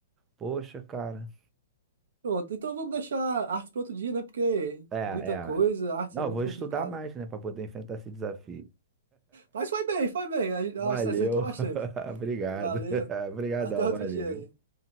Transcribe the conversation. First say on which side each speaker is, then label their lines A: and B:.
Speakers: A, on the right; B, on the right.
A: poxa, cara.
B: Pronto, então vamos deixar artes para outro dia, né? Porque
A: É,
B: muita
A: é.
B: coisa, artes
A: Não,
B: é
A: eu
B: muito
A: vou estudar
B: complicado.
A: mais, né, Pra poder enfrentar esse desafio.
B: Mas foi bem, foi bem. A-
A: Valeu.
B: Acho que você acertou bastante.
A: <laughs> Obrigado.
B: Valeu.
A: <laughs> Obrigadão,
B: Até outro
A: valeu.
B: dia aí.